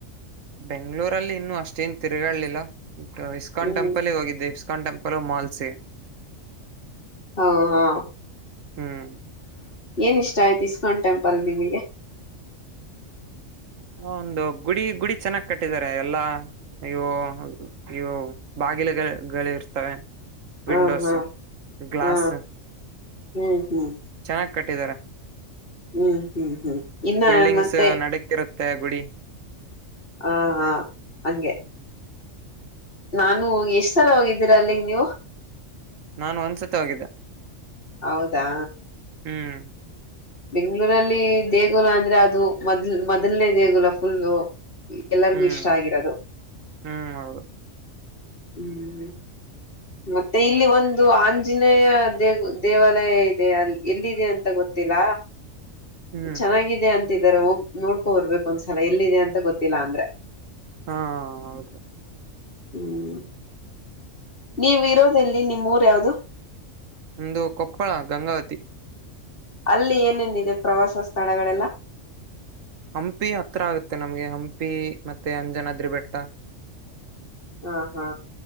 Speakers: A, on the right (about 80°); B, on the left (about 45°).
A: ಬೆಂಗ್ಳೂರಲ್ಲಿ ಇನ್ನುೂ ಅಷ್ಟೇನ್ ತಿರುಗಾಲಿಲ್ಲ ಇಸ್ಕಾನ್
B: ಹ್ಮ್
A: ಟೆಂಪಲ್ಗೆ ಹೋಗಿದ್ದೆ ಇ ಕಂಟೆಂಪಲೋ ಮಾಲ್ಸೆ
B: ಹಾ ಹಾ
A: ಹ್ಮ್
B: ಏನ್ ಇಷ್ಟ ಆಯ್ತು ಇಸ್ಕಾನ್ ಟೆಂಪಲ್ ಅಲ್ಲಿ ನಿಮಗೆ
A: ಒಂದು ಗುಡಿ ಗುಡಿ ಚೆನ್ನಾಗಿ ಕಟ್ಟಿದಿದ್ದಾರೆ ಎಲ್ಲಾ ಇವು ಇವು ಬಾಗಿಲುಗಳು ಇರ್ತವೆ ವಿಂಡೋಸ್
B: ಹ ಹಾ
A: ಗ್ಲಾಸ್
B: ಹಾ ಹ್ಮ್ ಹ್ಮ್
A: ಚೆನ್ನಾಗಿ ಕಟ್ಟಿದಿದ್ದಾರೆ
B: ಹ್ಮ್ ಹ್ಮ್. ಇನ್ನ
A: ಬಿಲ್ಡಿಂಗ್ಸ್
B: ಮತ್ತೆ.
A: <unintelligible> ಗುಡಿ.
B: ಹಾ ಹಾ. ಹಂಗೆ
A: ಹ್ಮ್.
B: ನಾನು ಎಷ್ಟ್ ಸಲ ಹೋಗಿದ್ದೀರ ಅಲ್ಲಿಗೆ ನೀವು.
A: ನಾನು ಒಂದ್ಸತಿ ಹೋಗಿದ್ದೆ
B: ಹೌದಾ
A: ಹ್ಮ್.
B: ಬೆಂಗ್ಗಳೂರಲ್ಲಿ ದೇಗುಲ ಅಂದ್ರೆ ಅದು ಮೊದ್ಲ್ ಮೊದಲನೇ ದೇಗುಲ ಫುಲ್. ಎಲ್ಲರಿಗೂ
A: ಹ್ಮ್
B: ಇಷ್ಟ ಆಗಿರೋದು.
A: ಹ್ಮ್ ಹೌದು
B: ಹ್ಮ್. ಮತ್ತೆ ಇಲ್ಲಿ ಒಂದು ಆಂಜನೇಯ ದೇವ ದೇವಾಲಯ ಇದೆ ಎಲ್ಲಿದೆ ಅಂತ ಗೊತ್ತಿಲ್ಲ.
A: ಹ್ಮ್
B: ಚೆನ್ನಾಗಿದೆ ಅಂತ. <unintelligible> ಹೋಗ ನೋಡ್ಕೊ ಬರ್ಬೇಕು ಒಂದ್ಸಲ ಎಲ್ಲಿದೆ ಅಂತ ಗೊತ್ತಿಲ್ಲಾ ಅಂದ್ರೆ
A: ಹಾ ಹೌದು
B: ಹ್ಮ್ ನೀವು ಇರೋದೆಲ್ಲಿ ನಿಮ್ಮೂರ ಯಾವ್ದದು
A: ಒಂದು ಕೊಪ್ಪಳ ಗಂಗಾವತಿ
B: ಅಲ್ಲಿ ಏನೇನಿದೆ ಪ್ರವಾಸ ಸ್ಥಳಗಳೆಲ್ಲ
A: ಹಂಪಿ ಅತ್ರ ಆಗುತ್ತೆ ನಮ್ಗೆ ಹಂಪಿ ಮತ್ತೆ ಅಂಜನಾದ್ರಿ ಬೆಟ್ಟ
B: ಹಾ ಹಾ